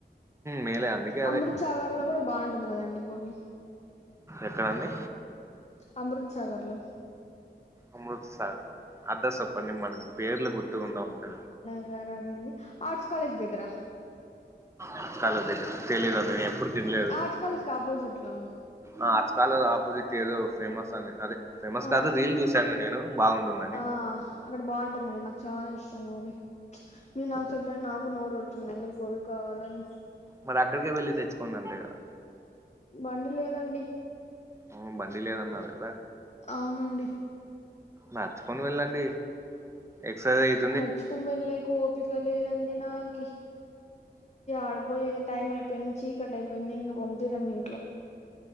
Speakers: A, on the right; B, on the left.
A: మేలే అందుకే అదే
B: అమృత్ చాగర్లో కూడా బాగుంటది కదండి గోబీ.
A: ఎక్కడండి
B: అమృత్సాగర్లో
A: అమృతసాగర్ అడ్రస్ చెప్పండి మనకి పేర్లు గుర్తుకుండవ్ అంతగ
B: ఎవరనేది ఆర్ట్స్ కాలేజ్ దగ్గర
A: ఆర్ట్స్ కాలేజ్ దగ్గర తెలీదు నేను ఎప్పుడు తినలేదు.
B: ఆర్ట్స్ కాలేజ్ కి ఆపోజిట్ లో
A: ఆ ఆర్ట్స్ కాలేజీ ఆపోజిట్ ఏదో ఫేమస్ అని అదే. ఫేమస్
B: ఆ
A: కాదు రీల్ చూశాను నేను బాగుంటుందని.
B: ఆ అక్కడ బాగుంటుందండి నాకు చాలా ఇష్టం గోబీ మీరు నాకు
A: ఓకే
B: చెప్తానే నాకు నోరు ఊరు ఉంటుందండి గోబీ కావాలని.
A: మరి అక్కడికే వెళ్లి తెచ్చుకునన్నా నేను.
B: బండి లేదండి.
A: అవు బండి లేదన్నారు కదా.
B: అవునండి
A: నడుచుకొని వెళ్ళండి ఎక్ససయిజ్
B: నడుచుకొని వెళ్ళేకి ఓపిక లేదండి నాకు ఇస్ ఎడపోయేది టైం అయిపోయింది చీకటి అయి నన్ను ఇంగ పంపిరండి ఇంట్లో